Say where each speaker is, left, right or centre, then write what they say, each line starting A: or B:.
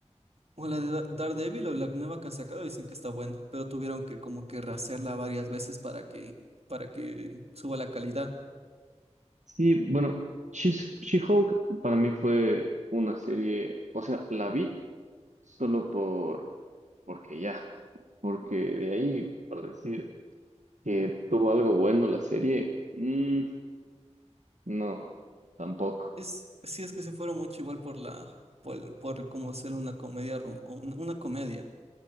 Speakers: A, on the right; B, on the right.
A: o la de Da- Daredevil o la nueva que han sacado, dicen que está buena, pero tuvieron que como que rasearla varias veces para que, para que suba la calidad.
B: Sí, bueno, She's- She-Hulk para mí fue una serie, o sea, la vi solo por, porque ya, porque de ahí, para decir que tuvo algo bueno la serie, mm, no, tampoco.
A: Es, sí, es que se fueron mucho igual por la, por, por como hacer una comedia, rom- o una, una comedia.